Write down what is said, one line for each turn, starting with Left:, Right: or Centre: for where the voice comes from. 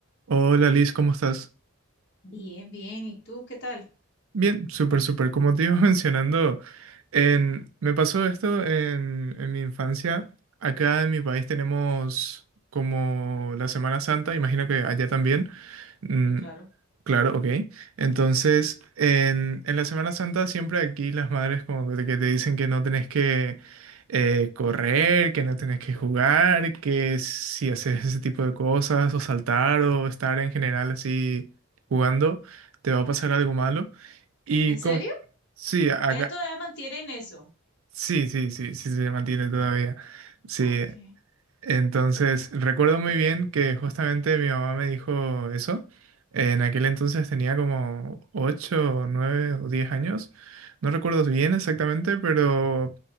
Right: Hola Liz, ¿cómo estás?
Left: Bien, bien. ¿Y tú qué tal?
Right: Bien, súper, súper. Como te iba <laughs> mencionando, en- me pasó esto en, en mi infancia. Acá en mi país tenemos como la Semana Santa, imagino que allá también. Mm,
Left: Sí, claro.
Right: claro, ok. Entonces, en, en la Semana Santa siempre aquí las madres como que te, que te dicen que no tenés que eh, correr, que no tenés que jugar, que si haces ese tipo de cosas o saltar o estar en general así jugando, te va a pasar algo malo. Y
Left: ¿En
Right: con...
Left: serio?
Right: Sí, acá...
Left: Allá todavía mantienen eso.
Right: Sí, sí, sí, sí se mantiene todavía.
Left: <laughs>
Right: Sí.
Left: Ah, Ok.
Right: Entonces, recuerdo muy bien que justamente mi mamá me dijo eso. En aquel entonces tenía como 8 9 o 10 años. No recuerdo bien exactamente, pero